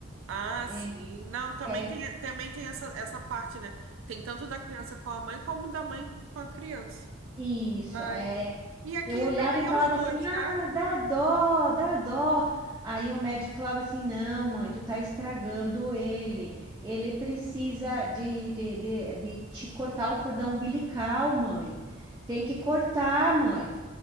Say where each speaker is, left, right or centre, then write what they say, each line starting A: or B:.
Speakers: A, on the right (about 80°); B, on the right (about 15°).
A: Ah,
B: É,
A: sim. Não, também
B: é,
A: tem, também tem essa, essa parte, né? Tem tanto da criança com a mãe como da mãe com a criança.
B: Isso,
A: Mas.
B: é.
A: E aqui
B: Eu olhava
A: também
B: e falava
A: é os dois,
B: assim: ah,
A: tá?
B: dá dó, dá dó. Aí o médico falava assim: não, mãe, tu tá estragando ele. Ele precisa de, de, de, de te cortar o cordão umbilical, mãe. Tem que cortar, mãe. <laughs>